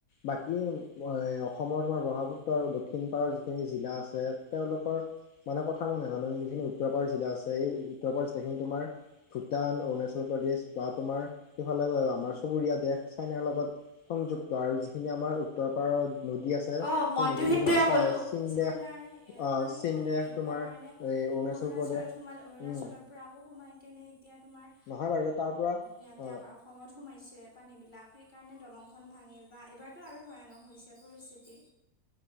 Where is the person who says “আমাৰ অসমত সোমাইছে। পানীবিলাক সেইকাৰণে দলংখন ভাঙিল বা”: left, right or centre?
Left